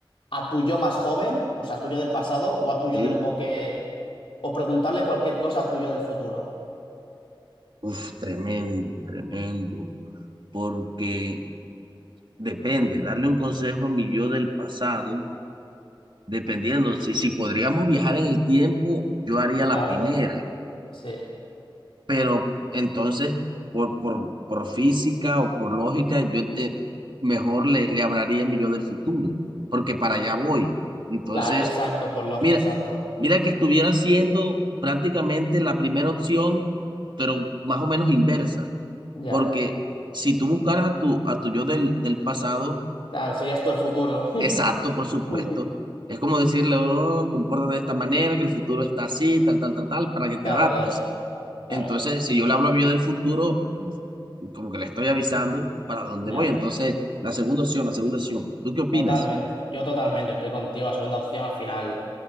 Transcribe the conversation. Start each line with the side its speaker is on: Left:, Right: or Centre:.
Left: a tu yo más joven, o sea, a tu yo del pasado, o a tu yo
Right: Sí.
Left: del, o que, o preguntarle cualquier cosa a tu yo del futuro?
Right: Uf, tremendo, tremendo. Porque depende, darle un consejo a mi yo del pasado Dependiendo, si, si podríamos viajar en el tiempo, yo haría
Left: Claro,
Right: la primera,
Left: sí.
Right: pero entonces por, por, por física o por lógica, yo te, mejor le, le hablaría a mi yo del futuro, porque para allá voy. Entonces,
Left: Claro, exacto, por lo
Right: mira,
Left: exacto.
Right: mira que estuviera siendo prácticamente la primera opción, pero más o menos inversa,
Left: Ya.
Right: porque si tú buscaras a tu, a tu yo del, del pasado,
Left: Claro, serías tú el futuro.
Right: Exacto, por supuesto.
Left: <laughs>
Right: Es como decirle, oh, compórtate de esta manera, que el futuro está así, tal, tal, tal, tal, para que te
Left: Claro,
Right: adaptes.
Left: claro,
Right: Entonces,
Left: claro.
Right: si yo le hablo a mí del futuro, como que le estoy avisando para dónde
Left: Ya.
Right: voy. Entonces, la segunda opción, la segunda opción. ¿Tú qué opinas?
Left: Totalmente. Yo totalmente estoy contigo. La segunda opción al final